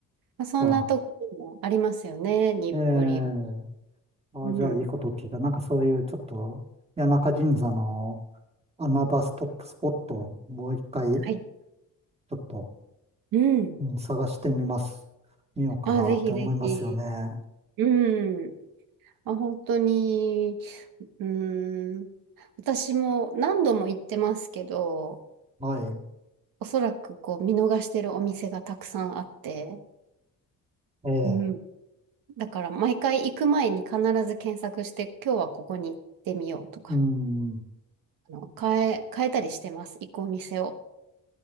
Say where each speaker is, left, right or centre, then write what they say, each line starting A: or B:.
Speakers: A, on the right (about 80°); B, on the right (about 20°).
A: まあ、そんなところもありますよね、
B: じゃあ、
A: 日暮里。
B: ええ、あ、
A: うん。
B: じゃあいいこと聞いた。なんかそういうちょっと、谷中銀座の穴場ストップスポットをもう一回ち
A: はい。
B: ょっと、
A: うん。
B: うん、探してみます。見ようかなって思いますよね。
A: あ、ぜひぜひ。うん。あ、本当に、うん。私も何度も行ってますけど、
B: はい。
A: おそらくこう見逃してるお店がたくさんあって、
B: ええ。
A: うん。だから毎回行く前に必ず検索して、今日はここに行ってみようとか、
B: うん。
A: あの、変え、変えたりしてます、行くお店を。